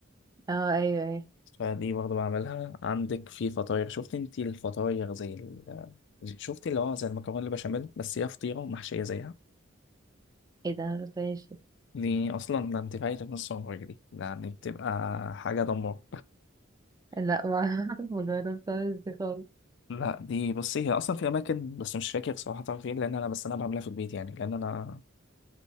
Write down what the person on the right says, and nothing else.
آه، ايوه ايوه
ايه ده مجربتهاش
لا ما <laughs> مجربتهاش دي خالص